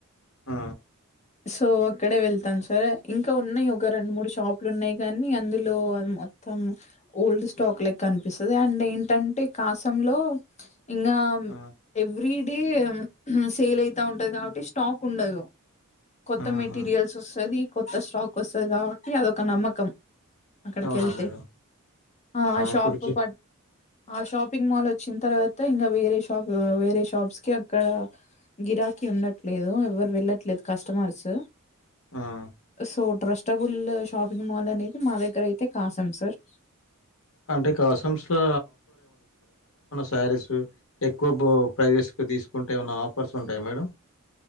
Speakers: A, on the left; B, on the left.
A: ఆ
B: సో అక్కడే వెళ్తాను సార్ ఇంకా ఉన్నాయి ఒక రెండు మూడు షాపులు ఉన్నాయి కానీ అందులో మొత్తం ఓల్డ్ స్టాక్ లె కనిపిస్తది అండ్ ఏంటంటే కాసం లో ఇంగ
A: ఆ!
B: ఎవ్రీ డే సేల్ అయితా ఉంటది కాబట్టి స్టాక్ ఉండదు కొత్త
A: ఆహా!
B: మెటీరియల్స్ వస్తది కొత్త స్టాక్ వస్తది కాబట్టి అదొక నమ్మకం అక్కడికి
A: అవునా
B: వెళ్తే
A: మేడం
B: ఆ షాప్
A: ఇప్పుడు చు
B: ప ఆ షాపింగ్ మాల్ వచ్చిన తర్వాత ఇంకా వేరే షాప్ వేరే షాప్స్ కి అక్కడ గిరాకి ఉండట్లేదు ఎవరు వెళ్ళట్లేదు కస్టమర్స్
A: ఆ!
B: సో డ్రస్ బుల్ షాపింగ్ మాల్ అనేది మా దగ్గర అయితే కాసాం సార్
A: అంటే కాసమ్స్‌లో సారీస్ ఎక్కువ ప్రైజెసు తీసుకుంటే ఏమన్న ఆఫర్స్ ఉంటాయా మేడం